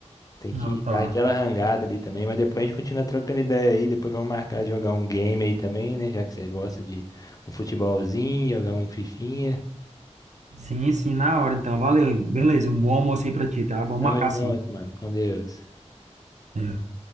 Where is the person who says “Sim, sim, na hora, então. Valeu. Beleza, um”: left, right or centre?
Right